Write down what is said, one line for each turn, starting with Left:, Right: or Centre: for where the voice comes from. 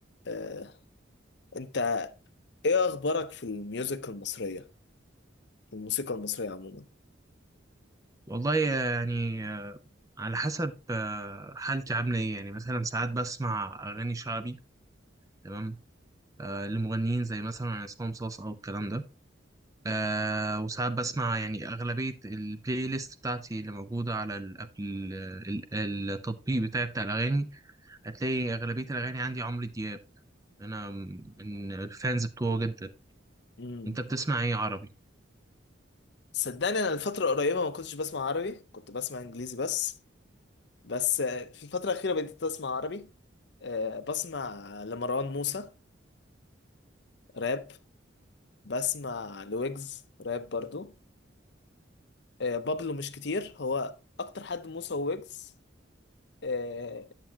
Left: آه، انت ايه اخبارك في الميوزك المصريه في الموسيقى المصريه عموما
Right: والله يعني على حسب آه، حالتي عاملة ايه يعني مثلا ساعات بسمع أغاني شعبي تمام آه، لمغنيين زي مثلا عصام صاصا أو الكلام ده آه، وساعات بسمع يعني أغلبية البلاي ليست بتاعتي اللي موجودة على ال ال ال التطبيق بتاعي بتاع الأغاني هتلاقي أغلبية الأغاني عندي عمرو دياب أنا من الفانز بتوعه جدا
Left: امم
Right: أنت بتسمع ايه عربي؟
Left: صدقني انا الفتره القريبه ما كنتش بسمع عربي كنت بسمع انجليزي بس بس آه، في الفتره الاخيره بديت اسمع عربي آه، بسمع لمروان موسى راب بسمع لويجز راب برضو آه، بابلو مش كتير هو اكتر حد موسى وويجز آه،